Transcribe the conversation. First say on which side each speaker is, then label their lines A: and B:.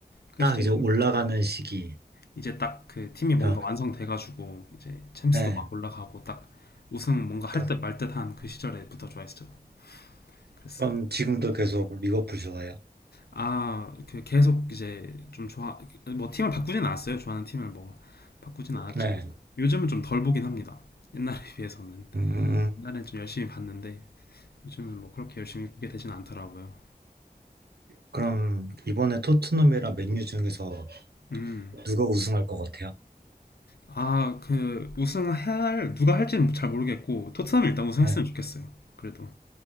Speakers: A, on the left; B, on the right.
A: 그
B: 딱
A: 시절에
B: 이제 올라가는 시기.
A: 이제 딱 그 팀이 뭔가
B: 죠
A: 완성돼가지고, 이제 챔스도
B: 네.
A: 막 올라가고, 딱 우승 뭔가 할
B: 딱.
A: 듯 말 듯한 그 시절에부터 좋아했죠. 그랬습니다.
B: 그럼 지금도 계속 리버풀 좋아해요?
A: 아, 그 계속 이제 좀 좋아, 뭐 팀을 바꾸진 않았어요. 좋아하는 팀을 뭐 바꾸진 않았지만
B: 네.
A: 요즘은 좀 덜 보긴 합니다. 옛날에 비해서는.
B: 음,
A: 옛날엔 좀 열심히 봤는데 요즘은 뭐 그렇게 열심히 보게 되진 않더라고요.
B: 그럼 이번에 토트넘이랑 맨유 중에서
A: 음,
B: 누가 우승할 것 같아요?
A: 아, 그 우승할 누가 할지는 잘 모르겠고 토트넘이 일단 우승했으면
B: 네.
A: 좋겠어요. 그래도